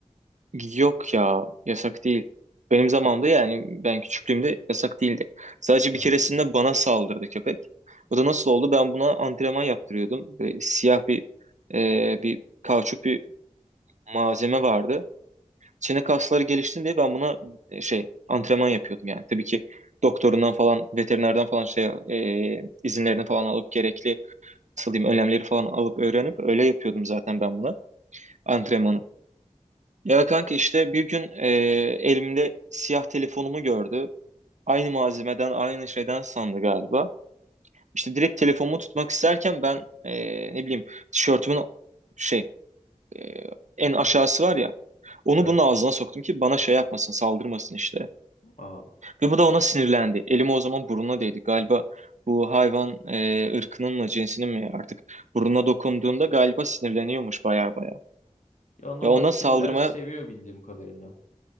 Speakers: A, on the right; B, on the left.
A: Yok ya yasak değil. Benim zamanımda yani ben küçüklüğümde yasak değildi. Sadece
B: Ha.
A: bir keresinde bana saldırdı köpek. O da nasıl oldu? Ben buna antrenman yaptırıyordum. Böyle siyah bir e, bir kauçuk bir malzeme vardı. Çene kasları gelişsin diye ben buna e, şey antrenman yapıyordum yani. Tabii ki doktorundan falan veterinerden falan şey e, izinlerini falan alıp gerekli nasıl diyeyim önlemleri falan alıp öğrenip öyle yapıyordum zaten ben buna antrenmanı. Ya kanka işte bir gün e, elimde siyah telefonumu gördü. Aynı malzemeden, aynı şeyden sandı galiba. İşte direkt telefonumu tutmak isterken ben e, ne bileyim tişörtümün şey e, en
B: <clears throat>
A: aşağısı var ya. Onu
B: Evet.
A: bunun ağzına soktum ki bana şey yapmasın, saldırmasın işte.
B: Aa.
A: Ve bu da ona sinirlendi. Elimi o zaman burnuna değdi. Galiba bu hayvan e, ırkının mı cinsinin mi artık burnuna dokunduğunda galiba sinirleniyormuş baya baya.
B: Ya normalde
A: Ya ona
B: kediler
A: saldırmaya,
B: seviyor bildiğim kadarıyla.